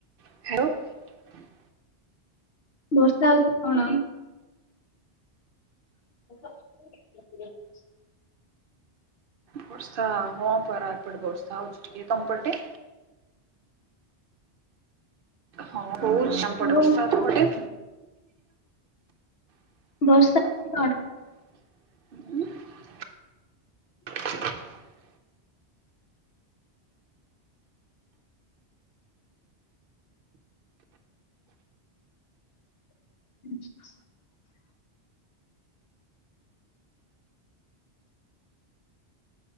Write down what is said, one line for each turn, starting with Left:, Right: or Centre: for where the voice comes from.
Right: <unintelligible>
Left: ବର୍ଷା ହଉଛି କଣ? <inaudible>
Right: ବର୍ଷା ହଁ ପରା ଏପଟେ ବର୍ଷା ହଉଛି ଟିକେ ତମପଟେ? ହଁ। ହଉଚି ଆମ
Left: ତୋର
Right: ପେଟ ବର୍ଷା
Left: ମୋ-
Right: ତମ ପଟେ। ଉମ।
Left: ବର୍ଷା ହଉଛି କଣ? <inaudible>